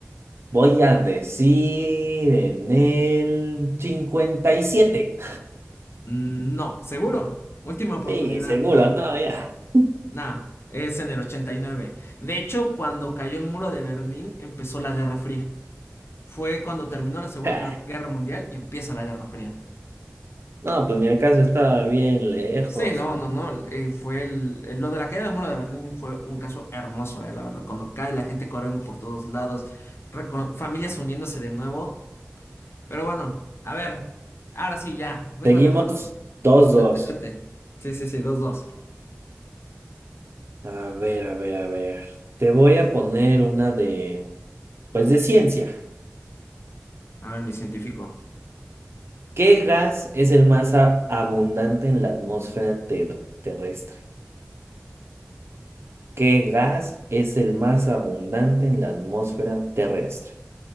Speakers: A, on the right; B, on the left.
A: voy a decir en el 57.
B: Mm, No, seguro. Última oportunidad.
A: Sí, seguro, no, ya.
B: Nah, es en el 89. De hecho, cuando cayó el muro de Berlín, empezó la Guerra Fría. Fue cuando terminó la Segunda
A: <laughs>
B: Guer- Guerra Mundial y empieza la Guerra Fría.
A: No, pues ni acaso estaba bien lejos.
B: Sí, no, no, no. eh, fue el, el- lo de la caída del muro de Berlín fue un caso hermoso, eh, la verdad. Cuando cae la gente corriendo por todos lados, reco- familias uniéndose de nuevo. Pero bueno, a ver, ahora sí, ya, vengo
A: Seguimos
B: a ganarte.
A: dos dos
B: Date, date. Sí, sí, sí, dos, dos.
A: A ver, a ver, a ver. Te voy a poner una de, pues de ciencia.
B: A ver, mi científico.
A: ¿Qué gas es el más a- abundante en la atmósfera ter- terrestre? ¿Qué gas es el más abundante en la atmósfera terrestre?